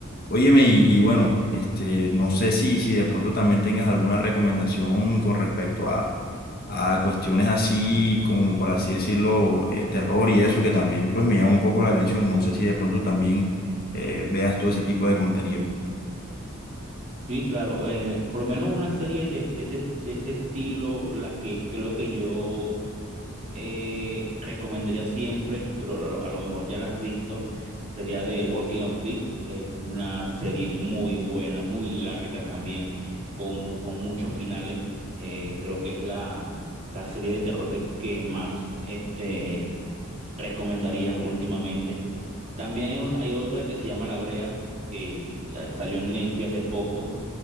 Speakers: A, on the left; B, on the right.
A: Óyeme, y, y bueno, este, no sé si, si de pronto también tengas alguna recomendación con respecto a, a cuestiones así, como por así decirlo, eh, terror y eso, que también pues me llama un poco la atención. No sé si de pronto también eh, veas todo ese tipo de contenido.
B: Sí, claro, eh, por lo menos una serie de, de ese, de ese estilo, la que creo que yo eh, recomendaría siempre, pero a lo, a lo mejor ya la has visto, sería de Walking of Dick. Es una serie muy buena, muy larga también, con, con muchos finales. Eh, creo que es la, la serie de terror que, que más este, recomendaría últimamente. También hay, un- hay otra que se llama La Brea, que eh, salió en Netflix hace poco